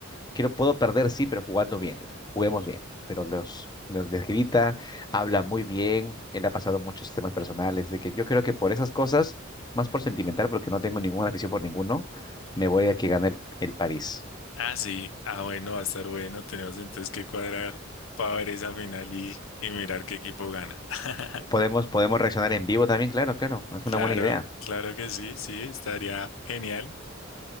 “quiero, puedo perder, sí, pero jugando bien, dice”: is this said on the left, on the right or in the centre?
Left